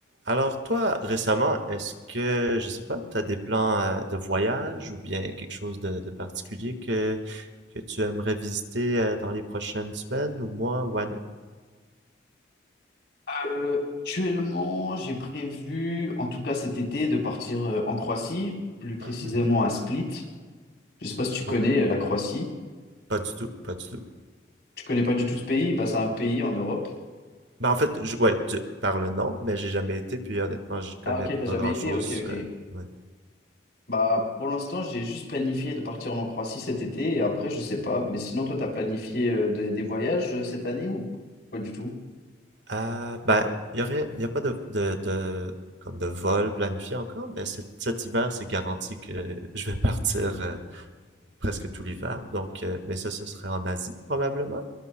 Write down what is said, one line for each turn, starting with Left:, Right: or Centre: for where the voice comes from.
Right: Alors toi, récemment, est-ce que, je sais pas, t'as des plans euh, de voyage ou bien quelque chose de, de particulier que, que tu aimerais visiter euh, dans les prochaines semaines ou mois ou années?
Left: Euh, actuellement, j'ai prévu, en tout cas cet été, de partir euh, en Croatie, plus précisément
Right: Hmm,
Left: à Split. Je sais pas si tu connais
Right: ok.
Left: euh, la Croatie.
Right: Pas du tout, pas du tout.
Left: Tu connais pas du tout ce pays? Bah, c'est un pays en Europe.
Right: Ben en fait, je, ouais, du- par le nom, mais j'ai jamais été, puis honnêtement, j'y connais
Left: Ah ok, t'as
Right: pas
Left: jamais
Right: grand-chose.
Left: été? Ok, ok.
Right: euh, ouais.
Left: Bah, pour l'instant, j'ai juste planifié de partir en Croatie cet été et après, je sais pas. Mais sinon, toi, t'as planifié euh, des, des voyages euh, cette année ou pas du tout?
Right: Euh, ben, y a rien, y a pas de, de, de, comme de vol planifié encore, mais cet, cet hiver, c'est garanti que je vais <laughs> partir euh, presque tout l'hiver. Donc, euh, mais ça, ce serait en Asie probablement.